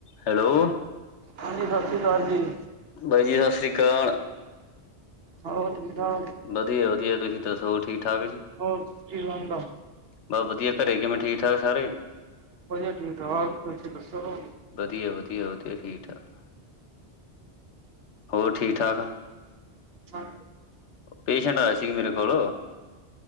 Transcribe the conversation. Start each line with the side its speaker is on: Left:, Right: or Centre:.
Left: Hello,
Right: ਹਾਂਜੀ ਸਾਸਰੀ ਕਾਰ ਜੀ।
Left: ਬਾਈ ਜੀ ਸਾਸਰੀ ਕਾਲ।
Right: ਹੋਰ ਠੀਕ-ਠਾਕ?
Left: ਵਧੀਆ ਵਧੀਆ, ਤੁਸੀਂ ਦੱਸੋ ਹੋਰ ਠੀਕ ਠਾਕ ਜੀ?
Right: ਹੋਰ ਕੀ ਬਣਦਾ?
Left: ਬਸ ਵਧੀਆ ਘਰੇ ਕਿਵੇਂ ਠੀਕ ਠਾਕ ਸਾਰੇ?
Right: ਵਧੀਆ ਠੀਕ-ਠਾਕ, ਤੁਸੀਂ ਦੱਸੋ?
Left: ਵਧੀਆ-ਵਧੀਆ-ਵਧੀਆ ਠੀਕ ਠਾਕ, ਹੋਰ ਠੀਕ ਠਾਕ ਆ?
Right: ਹਾਂ
Left: ਪੇਸ਼ੈਂਟ ਆਇਆ ਸੀ ਮੇਰੇ ਕੋਲ